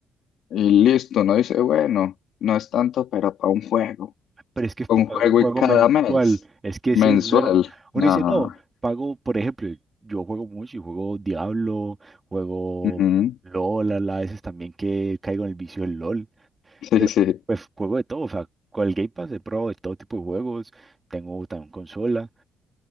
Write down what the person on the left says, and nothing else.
y listo, no dice, bueno, no es tanto, pero para un juego.
Un
juego
y cada
mes,
mensual.
Ah,
ujú. <laughs>
Sí,
sí,